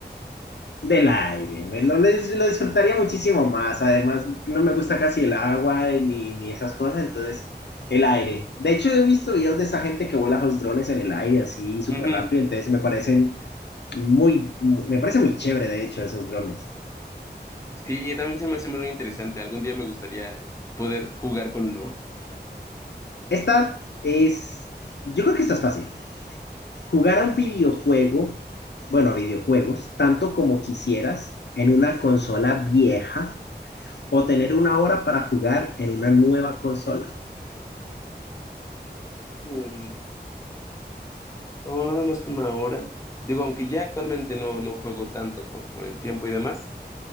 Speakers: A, on the left (about 75°); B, on the left (about 15°).
A: del aire, me- lo, les- lo disfrutaría muchísimo más. Además, no me gusta casi el agua eh, ni, ni esas cosas, entonces el aire. De hecho, he visto videos de esa gente que vuela los drones en el aire así súper
B: Ujú.
A: rápido, entonces me parecen muy, me parece muy chévere, de hecho, esos drones.
B: Sí, también se me hace muy interesante. Algún día me gustaría poder jugar con uno.
A: Esta es, yo creo que esta es fácil. Jugar a un videojuego, bueno, a videojuegos, tanto como quisieras en una consola vieja o tener una hora para jugar en una nueva consola.
B: Mm. No, nada más que una hora. Digo, aunque ya actualmente no, no juego tanto por, por el tiempo y demás,